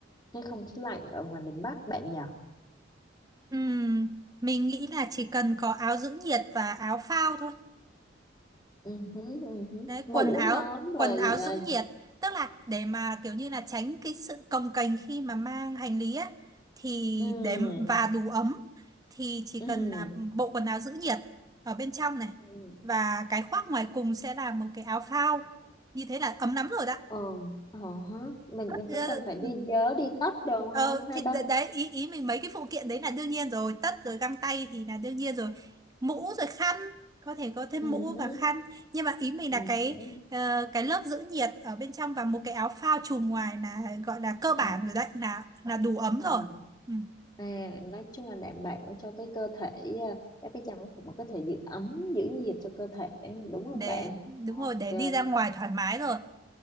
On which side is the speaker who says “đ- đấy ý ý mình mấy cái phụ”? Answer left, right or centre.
Right